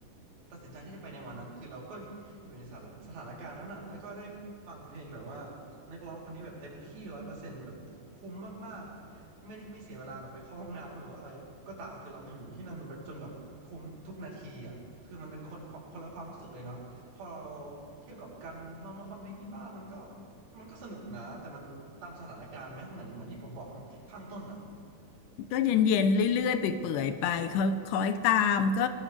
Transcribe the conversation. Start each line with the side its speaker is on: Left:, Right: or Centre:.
Right: ตัดสินใจที่จะไปในวันนั้นคือเราก็อยู่ในสถานสถานการณ์นั้นอะแล้วก็ได้ฟังเพลงแบบว่านักร้องคนนี้แบบเต็มที่ร้อยเปอร์เซ็นต์แบบคุ้มมากๆไม่ได้ไม่เสียเวลาแบบไปเข้าห้องน้ำหรือว่าอะไรก็ตามคือเราอยู่ที่นั่นจนแบบคุ้มทุกนาทีอะคือมันเป็นคนคนละความรู้สึกเลยเนาะ พอเราเทียบกับกันเรามาฟังเพลงที่บ้านมันก็มันก็สนุกนะแต่มันตามสถานการณ์ไหมเหมือนเหมือนที่ผมบอกข้างข้างต้นอ่ะ
Left: ก็เย็นๆเรื่อยๆไปเปื่อยๆไปเขาคอยตามก็